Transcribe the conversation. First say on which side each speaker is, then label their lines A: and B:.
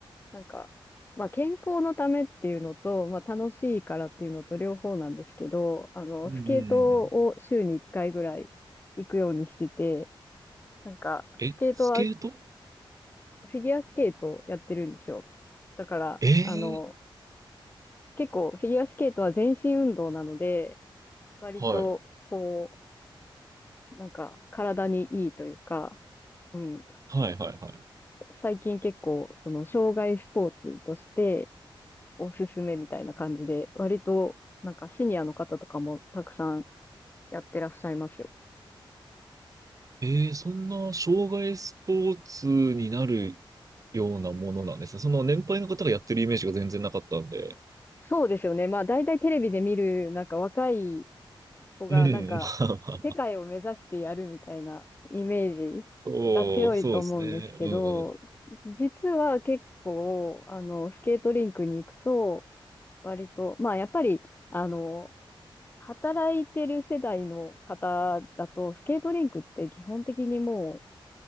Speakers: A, on the left; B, on the right.
A: なんか、まあ健康のためっていうのと、まあ楽しいからっていうのと両方なんですけど、あの、
B: うんうんうんうん。
A: スケートを週に1回ぐらい行くようにしてて、なんか、
B: え、
A: スケートは、
B: スケート
A: フィギュアスケートをやってるんですよ。だから、
B: ええー
A: あの、結構フィギュアスケートは全身運動なので、割と、
B: はい。
A: こう、なんか体にいいというか、うん、
B: はいはいはい。
A: 最近結構、その、障害スポーツとしておすすめみたいな感じで、割と、なんかシニアの方とかもたくさんやってらっしゃいますよ。
B: えー、そんな障害スポーツになるようなものなんですね。その年配の方がやってるイメージが全然なかったんで。
A: そうですよね。まあ、大体テレビで見る、なんか若い子がなんか、
B: うん、<laughs> まあまあ
A: 世界を目指してやるみたいなイメージが強いと思うんですけど、
B: おー、そうですね。うんうん。
A: 実は結構、あの、スケートリンクに行くと、割と、まあやっぱり、あの、働いてる世代の方だと、スケートリンクって基本的にもう